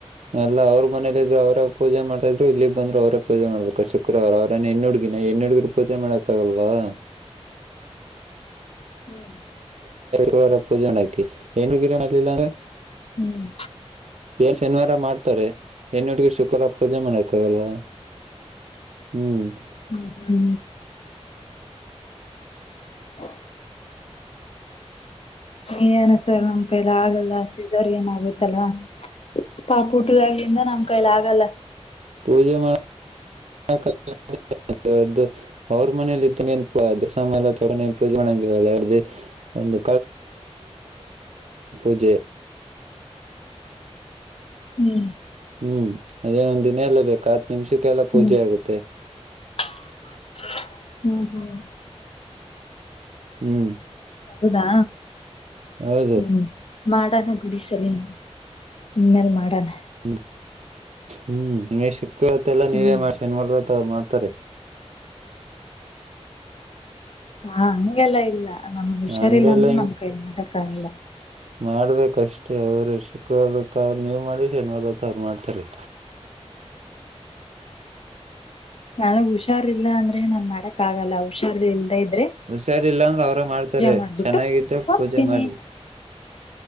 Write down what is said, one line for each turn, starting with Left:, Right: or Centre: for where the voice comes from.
Right: ಎಲ್ಲ ಅವ್ರ ಮನೇಲಿ ಇದ್ರು ಅವ್ರ ಪೂಜೆ ಮಾಡ್ತ ಇದ್ರು ಇಲ್ಲಿಗ್ ಬಂದ್ರು ಅವ್ರೇ ಪೂಜ ಮಾಡ್ಬೇಕ ಶುಕ್ರವಾರ ಅವ್ರೇನ್ ಹೆಣ್ಣ ಹುಡುಗಿನ ಹೆಣ್ಣ ಹುಡ್ಗೀರು ಪೂಜೆ ಮಾಡಕ್ಕ ಆಗಲ್ವ ಹ
Left: ಹ್ಮ್
Right: ಅವರ ಪೂಜೆ ಉ ನಾಕಿ ಏ ಕೀರ ಮಲ್ಲ
Left: ಹ್ಮ್
Right: ಏನ ಶನಿವಾರ ಮಾಡ್ತಾರೆ ಹೆಣ್ಣ ಹುಡ್ಗೀ ಶುಕ್ರವಾರ ಪೂಜೆ ಮಾಡಕ್ ಆಗಲ್ವಾ ಹ್ಮ್
Left: ಹ್ಮ ಹ್ಮ <inaudible> ಏನು ಸರ್ ನಮ್ಮಕಯ್ಯಲ್ಲಿ ಆಗಲ್ಲ ಸಿಝರಿಯನ್ ಆಗೋಯತಲ್ಲ ಪಾಪು ಹುಟದಾಗಲಿಂದ ನಮ್ ಕೈಲಿ ಆಗಲ್ಲ <inaudible>
Right: ಪೂಜೆ ಮಾಡ <unintelligible> ರ್ದು ಅವ್ರ ಮನೇಲಿ ಇದ್ದಂಗ ಏನ್ ಅದಸ ಎಲ್ಲ ತೊಗೊಂಡನ್ ಪೂಜೆ ಮಾಡಂಗಿಲ್ಲಲ್ಲ ಎರ್ದಿ <unintelligible> ಒಂದು <unintelligible>
Left: ಹ್ಮ್ <inaudible>
Right: ಹ್ಮ್ ಅದೇನೊಂದ್ ದಿನ ಎಲ್ಲ ಬೇಕಾ ಹತ್ ನಿಮಿಷಕ್ಕೆಲ್ಲಾ ಪೂಜೆ
Left: ಹ್ಮ್
Right: ಆಗುತ್ತೆ
Left: <unintelligible> ಹ್ಮ್ ಹ್ಮ್
Right: ಹ್ಮ್
Left: ಹೌದಾ
Right: ಹೌದು
Left: ಹ್ಮ್ ಮಾಡಣ ಬಿಡಿ ಸಾರ್ ಇನ್ಮೇಲೆ ಮಾಡಣ
Right: ಹ್ಮ್ ಹ್ಮ್ ದಿನೇಶ್ <inaudible> ಲ್ಲ ನೀವೇ
Left: ಹ್ಮ್
Right: ಶನಿವಾರ ಮಾಡ್ತಾರೆ <inaudible>
Left: ಹಂಗೆಲ್ಲಾ ಇಲ್ಲ ನಮ್ ಕೈಲಿ ಹುಷಾರಿಲ್ಲ
Right: ಹಂಗೆಲ್ಲ
Left: ಅಂದ್ರೆ ಮಾಡಕ್ಕಾಗಲ್ಲ
Right: ಮಾಡಬೇಕಷ್ಟೇ ಅವ್ರ್ ಶುಕ್ರವಾರ ಮತ್ತು ಅವರ ಮಾಡುತ್ತಾರೆ ಶನಿವಾರ ನೀವು ಮಾಡಿ
Left: ನನ್ಗ್ ಹುಷಾರ್ ಇಿಲ್ಲ ಅಂದ್ರೆ ನನ್ ಮಾಡಕ್ ಆಗಲ್ಲ ಹುಷಾರ್ ಇಲ್ದ ಇದ <inaudible>
Right: ಹುಷಾರಿಲ್ಲಂದ್ರ ಅವ್ರ ಮಾಡ್ತಾರೆ
Left: ಮಾಡ್ಬಿಟ್ಟು
Right: ಚೆನ್ನಾಗಿದ್ದ
Left: ಹೋಗ್ತೀನಿ.
Right: ಪೂಜೆ ಮಾಡಿ <inaudible>